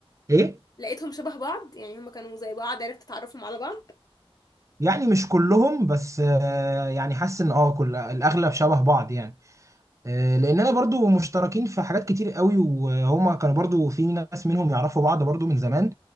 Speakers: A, on the right (about 30°); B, on the left (about 40°).
A: ايه
B: لقيتهم شبه بعض يعني هما كانوا زي بعض عرفت تعرفهم على بعض
A: يعني مش كلهم بس آه، يعني حاسس ان اه كل الاغلب شبه بعض يعني آه، لاننا برضو مشتركين في حاجات كتير قوي وهما كانوا برضو في ناس منهم يعرفوا بعض برضو من زمان